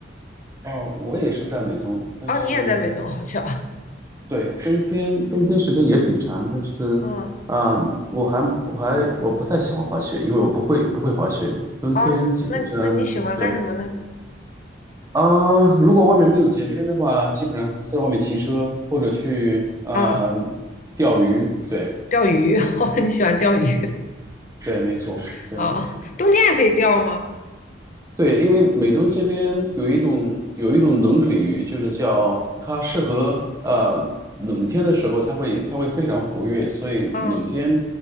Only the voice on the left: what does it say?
哦，你也在美东，好巧。
嗯，
哦，那那你喜欢干什么呢？
啊，
钓鱼，<laughs> 哦，你喜欢钓鱼
啊哦，冬天也可以钓吗？
嗯